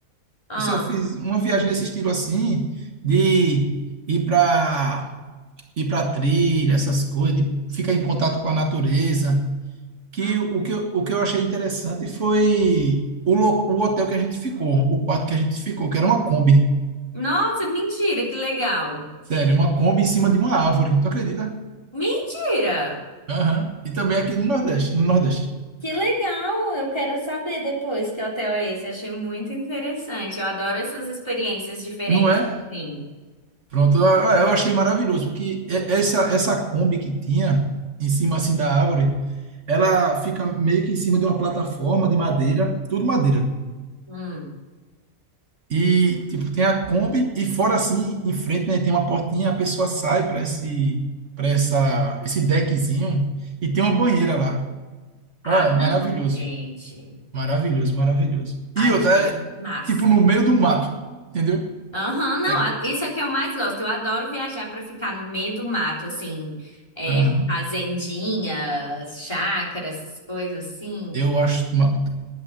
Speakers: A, on the left; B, on the right.
A: Ah,
B: Eu só fiz uma viagem nesse estilo assim, de ir para ir para trilha, essas coisas, de ficar em contato com a natureza. que
A: hum.
B: o que eu, o que eu achei interessante foi o, lo- o hotel que a gente ficou, o quarto que a gente ficou, que era uma Kombi.
A: Nossa, mentira, que legal.
B: Sério, uma Kombi em cima de uma árvore. Tu acredita?
A: Mentira!
B: Aham. E também aqui no Nordeste, no Nordeste.
A: Que legal! Eu quero saber depois que hotel é esse. Achei muito interessante. Eu adoro essas experiências diferentes.
B: Não é?
A: Sim.
B: Pronto, ah, eu achei maravilhoso, porque e- essa, essa Kombi que tinha em cima assim da árvore, ela fica meio que em cima de uma plataforma de madeira, tudo madeira,
A: Hum.
B: E, tipo, tem a Kombi e fora assim, em frente, né, tem uma portinha, a pessoa sai para esse para essa esse deckzinho e tem uma banheira lá.
A: Ah,
B: Olha, maravilhoso.
A: não, gente.
B: Maravilhoso, maravilhoso.
A: Achei
B: E outra é
A: massa.
B: tipo no meio do mato, entendeu?
A: Aham, não,
B: É,
A: a- isso é que eu mais gosto. Eu adoro viajar para ficar no meio do mato, assim, é,
B: aham.
A: fazendinha, chácara, essas coisas assim.
B: Eu acho ma-